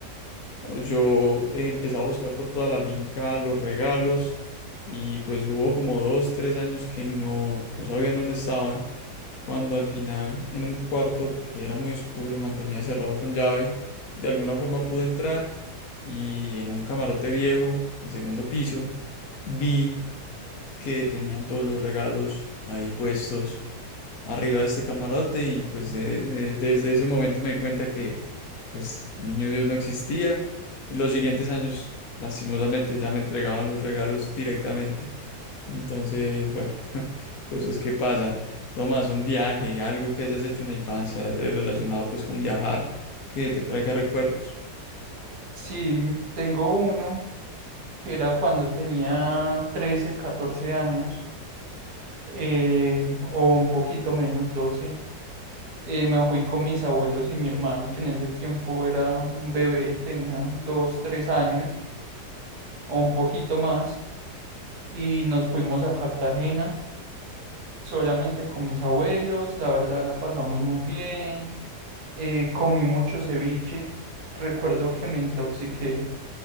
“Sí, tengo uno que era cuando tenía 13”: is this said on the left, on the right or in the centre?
Right